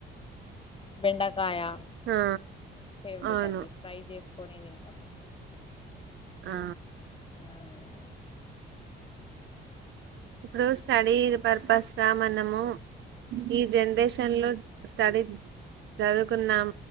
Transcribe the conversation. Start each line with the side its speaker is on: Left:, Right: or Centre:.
Left: బెండక్ కాయ
Right: ఆ,
Left: ఫేవరెట్
Right: అవును
Left: అండి ఫ్రై చేస్ కొని తింటాం
Right: ఆ
Left: మ్మ్.
Right: ఇప్పుడు స్టడీ పర్పస్ రామన్నము ఈ జెనరేషన్ లో స్టడీ చదువుకున్నాం